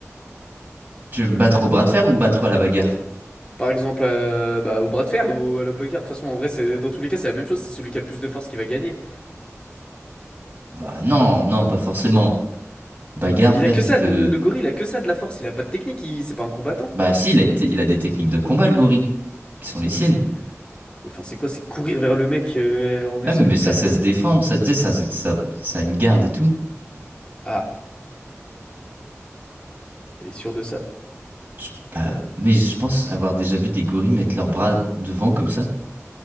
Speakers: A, on the right; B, on the left.
A: Tu veux le battre au bras de fer ou battre à la bagarre?
B: par exemple, euh, bah, au bras de fer ou à la bagarre. De toute façon, en vrai, c'est, dans tous les cas, c'est la même chose. C'est celui qui a le plus de force qui va gagner.
A: Bah non, non, pas forcément. Bagarre,
B: Il
A: frère,
B: a que
A: il
B: ça,
A: peut.
B: le, le gorille, il a que ça de la force. Il a pas de technique, il- c'est pas un combattant.
A: Bah si, il a, une te- il a des techniques de combat, le gorille, qui sont les siennes.
B: Ouais, mais. Enfin, c'est quoi? C'est courir vers le mec euh, en essayant
A: Non, mais
B: de lui
A: ça
B: faire
A: sait
B: peur.
A: se défendre, ça, tu sais, ça, ça, ça a une garde et tout.
B: Ah, t'es sûr de ça?
A: Je- bah, mais je pense avoir déjà vu des gorilles mettre leurs bras devant comme ça. De